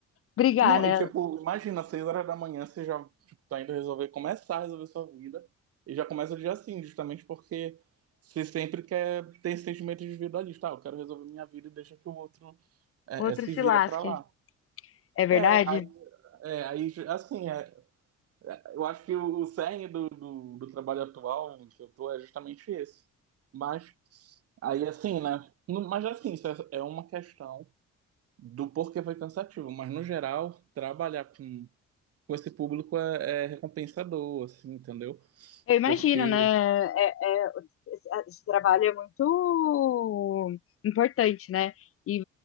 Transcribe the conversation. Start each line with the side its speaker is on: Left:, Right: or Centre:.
Left: brigar,
Right: Não,
Left: né?
Right: e tipo, imagina, às seis horas da manhã você já tipo, tá indo resolver, começar a resolver sua vida, e já começa o dia assim, justamente porque você sempre quer ter esse sentimento de individualista, ah, eu quero resolver minha vida e deixa que o outro é,
Left: O outro
Right: é, se
Left: se
Right: vira
Left: lasque.
Right: pra lá.
Left: É
Right: É,
Left: verdade?
Right: aí, é, aí, assim, é, é, eu acho que o, o cerne do, do, do trabalho atual em que eu tô é justamente esse. Mas, aí assim, né, no- mas assim, isso é é uma questão do porquê foi cansativo, mas no geral, trabalhar com com esse público é, é recompensador, assim, entendeu?
Left: Eu imagino,
Right: Porque
Left: né? É- é- esse esse trabalho é muito importante, né? E